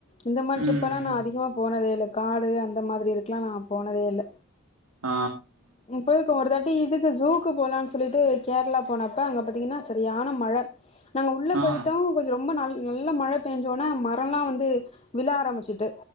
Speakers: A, on the left; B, on the right.
A: இந்த மாரி
B: ம்.
A: ட்ரிப்பலா நா அதிகமா போனதேல காடு அந்த மாதிரி இருக்லா நா போனதேல
B: ஆ
A: ம் போயிருக்கோ ஒருதாட்டி இதுக்கு ஜூக்கு போலான் சொல்லிட்டு கேரளா போனப்ப அங்க பாத்தீங்கினா சரியான மழ நாங்க உள்ள
B: ஆ.
A: போய்டோ கொஞ்ச ரொம்ப நல் நல்ல மழ பேஞ்சோனே மரலா வந்து விழ ஆரம்பிச்சிட்டு